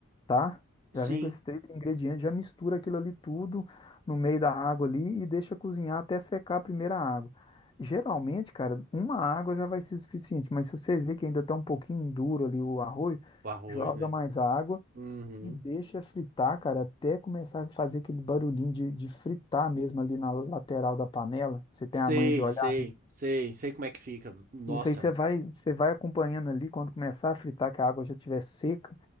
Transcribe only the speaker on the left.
tá?
Já vem com esses três ingredientes, já mistura aquilo ali tudo no meio da água ali e deixa cozinhar até secar a primeira água. Geralmente, cara, uma água já vai ser suficiente, mas se você vê que ainda tá um pouquinho duro ali o arroz,
joga
mais água
e deixa fritar, cara, até começar a fazer aquele barulhinho de, de fritar mesmo ali na lateral da panela. Você tem
a manha de olhar,
né?
Isso aí você vai, você vai acompanhando ali quando começar a fritar, que a água já estiver seca.